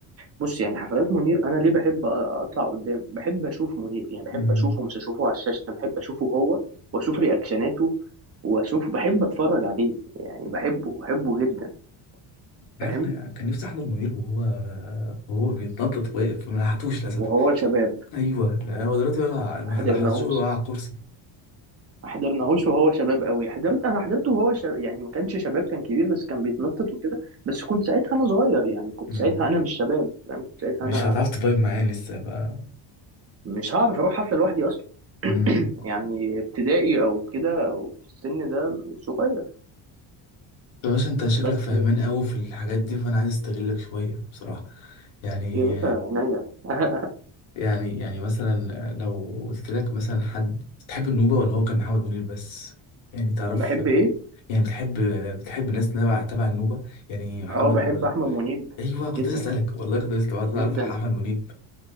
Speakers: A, on the right; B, on the left.
A: بص يعني حفلات منير انا ليه بحب اطلع قدام بحب اشوف منير يعني بحب
B: امم
A: اشوفه مش اشوفه على الشاشة بحب اشوفه هو واشوف رياكشناته واشوف بحب اتفرج عليه يعني بحبه بحبه جدا فاهم
B: عارف أنا كان نفسي أحضر منير وهو وهو بيتنطط واقف فما لحقتوش للأسف
A: وهو شباب
B: أيوه هو دلوقتي ولا- ما
A: حاضر
B: لحقتوش
A: ناهوس
B: غير وقع على الكرسي
A: ما حضرناهوش وهو شباب قوي حضرت انا حضرته وهو شب... يعني ما كانش شباب كان كبير بس كان بيتنطط وكده بس كنت ساعتها انا صغير يعني كنت
B: امم
A: ساعتها انا مش شباب يعني كنت ساعتها
B: مش
A: انا
B: هتعرف تفايب معايا لسه بقى
A: مش هعرف اروح حفله لوحدي اصلا
B: امم
A: يعني ابتدائي او كده او في السن ده صغير
B: طب باشا انت شكلك
A: بس
B: فاهمان قوي في الحاجات دي فانا عايز استغلك شويه بصراحه يعني
A: يا باشا عينيا <laughs>
B: يعني يعني مثلا لو قلت لك مثلا حد بتحب النوبه ولا هو كان محمد منير بس يعني تعرف
A: بحب ايه
B: يعني بتحب بتحب الناس تبع تبع النوبه يعني محمد
A: اه بحب
B: ولا
A: احمد منيب
B: ايوه كنت
A: جدا
B: لسه اسالك والله كنت لسه بعت
A: جدا
B: تعرف احمد منيب